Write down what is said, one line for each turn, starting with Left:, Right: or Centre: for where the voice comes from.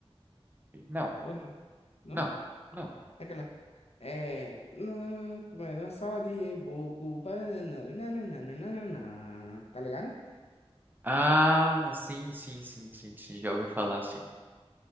Right: Não,
Left: Ou não? Não?
Right: não, não.
Left: Aquela. É. Na, como é? Na sala de reboco. baranana, nananana, Tá ligado?
Right: Ah, sim, sim, sim, sim, sim, já ouvi falar, sim.